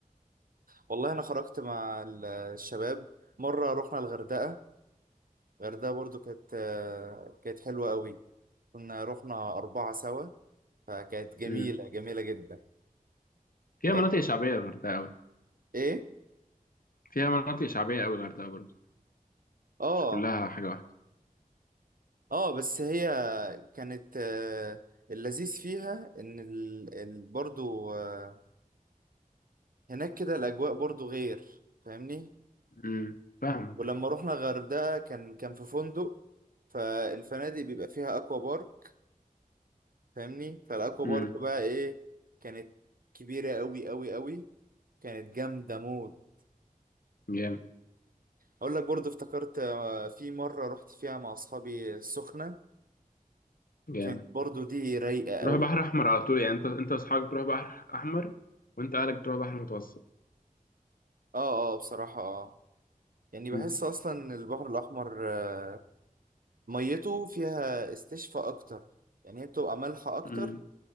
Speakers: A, on the right (about 70°); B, on the left (about 75°).
A: والله انا خرجت مع ال- الشباب مرة رحنا الغردقة الغردقة برضو كانت آه، كانت حلوة قوي كنا رحنا أربعة سوا فكانت جميلة
B: مم.
A: جميلة جدا
B: فيها
A: آه،
B: مناطق شعبية الغردقة أوي
A: ايه
B: فيها مناطق شعبية أوي الغردقة برضه
A: اه
B: مش كلها حاجة واحدة
A: اه بس هي كانت آه، اللذيذ فيها ان ال... ال... برضو آه، هناك كده الاجواء برضو غير فاهمني
B: مم. فاهمك
A: ولما رحنا الغردقة كان كان في فندق فالفنادق بيبقى فيها اكوا بارك فاهمني فالاكوا
B: مم.
A: بارك بقى ايه كانت كبيرة قوي قوي قوي كانت جامدة موت
B: جامد
A: اقول لك برضو افتكرت آه، في مرة رحت فيها مع اصحابي السخنة
B: جامد
A: كانت برضو دي رايقة قوي
B: تروح بحر أحمر على طول يعني أنت أنت وأصحابك تروح بحر أحمر وأنت أهلك تروح بحر متوسط
A: اه اه بصراحة اه يعني
B: مم.
A: بحس اصلا ان البحر الاحمر آه، ميته فيها استشفاء اكتر يعني هي بتبقى مالحه اكتر
B: مم.